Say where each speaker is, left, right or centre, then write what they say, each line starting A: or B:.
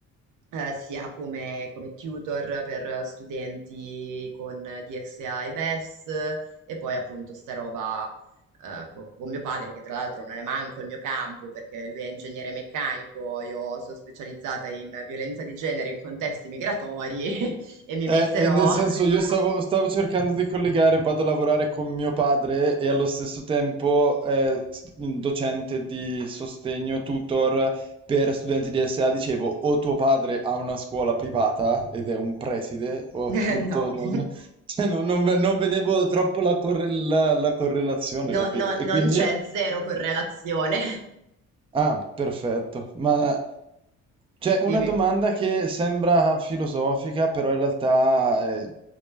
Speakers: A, on the right (about 85°); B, on the right (about 20°).
A: eh, sia come, come tutor per studenti con DSA e BES, e S, e poi appunto sta roba eh, co- con mio padre, che tra l'altro non è manco il mio campo, perché lui è ingegnere meccanico, io sono specializzata in violenza di genere in contesti migratori <laughs> e mi metterò
B: Eh, eh, nel senso, io stavo, stavo cercando di collegare, vado a lavorare con mio padre e allo stesso tempo eh, s- docente di sostegno, tutor per studenti di SA. Dicevo, o tuo padre ha una scuola privata ed è un preside, o
A: <laughs>
B: appunto
A: Eh, no.
B: non,
A: <laughs>
B: <laughs> cioè, non- non ve- non vedevo troppo la, corre- la- la correlazione,
A: No
B: capito?
A: no
B: E
A: non
B: quindi.
A: c'è zero correlazione.
B: Ah, perfetto. Ma c'è una
A: <laughs> Dimmi.
B: domanda che sembra filosofica, però in realtà eh,